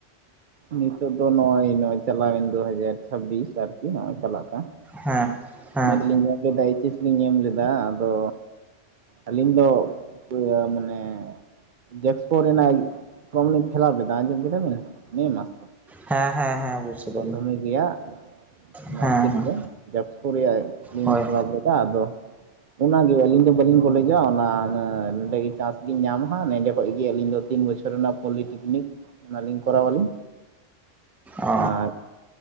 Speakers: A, on the right; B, in the centre.
A: ᱱᱤᱛᱚᱜ ᱫᱚ ᱱᱚᱜᱼᱚᱭ ᱱᱚᱜ-ᱚᱭ ᱪᱟᱞᱟᱣᱮᱱ ᱫᱩ ᱦᱟᱡᱟᱨ ᱪᱷᱟᱵᱵᱤᱥ ᱟᱨᱠᱤ ᱱᱚᱜ-ᱚᱭ ᱪᱟᱞᱟᱜ ᱠᱟᱱ
B: ᱦᱮᱸ ᱦᱮᱸ
A: ᱚᱱᱟ ᱨᱮᱞᱤᱤᱧ ᱧᱮᱞ ᱞᱮᱫᱟ ᱮᱭᱤᱪᱮᱥ ᱞᱤᱧ ᱮᱢ ᱞᱮᱫᱟ ᱟᱫᱚ ᱟᱹᱞᱤᱧ ᱫᱚ ᱤᱭᱟᱹ ᱢᱟᱱᱮ ᱡᱮᱠᱥᱯᱳ ᱨᱮᱱᱟᱜ ᱯᱷᱨᱚᱢᱞᱤᱧ ᱯᱷᱤᱞᱟᱯ ᱞᱮᱫᱟ ᱟᱸᱡᱚᱢ ᱠᱮᱫᱟ ᱵᱮᱱ ᱢᱮ ᱢᱟᱥ
B: ᱦᱮᱸ ᱦᱮᱸ ᱦᱮᱸ ᱵᱩᱡᱽ ᱠᱮᱫᱟᱞᱤᱧ
A: ᱢᱟᱫᱽᱫᱷᱚᱢᱤᱠ ᱨᱮᱭᱟᱜ
B: ᱦᱮᱸ
A: ᱢᱟᱨᱠᱥᱤᱴ
B: ᱦᱮᱸ
A: ᱨᱮ ᱡᱮᱠᱥᱯᱳ ᱨᱮᱭᱟᱜ ᱞᱤᱧ
B: ᱦᱳᱭ
A: ᱯᱷᱤᱞᱟᱯ ᱞᱮᱫ <unintelligible> ᱟᱫᱚ ᱚᱱᱟᱜᱮ ᱟᱹᱞᱤᱧ ᱫᱚ ᱵᱟᱹᱞᱤᱧ ᱠᱚᱞᱮᱡᱟ ᱚᱱᱟ ᱚᱱᱟ ᱱᱚᱸᱰᱮ ᱜᱮ ᱪᱟᱱᱥ ᱞᱤᱧ ᱧᱟᱢᱟ ᱦᱟᱸᱜ ᱱᱚᱸᱰᱮ ᱠᱷᱚᱚᱡ ᱜᱮ ᱟᱹᱞᱤᱧ ᱫᱚ ᱛᱤᱱ ᱵᱚᱪᱷᱚᱨ ᱨᱮᱱᱟᱜ ᱯᱚᱞᱤᱴᱤᱠᱱᱤᱠ ᱚᱱᱟᱞᱤᱧ ᱠᱚᱨᱣᱟᱞᱤᱧ
B: ᱚ
A: ᱟᱨ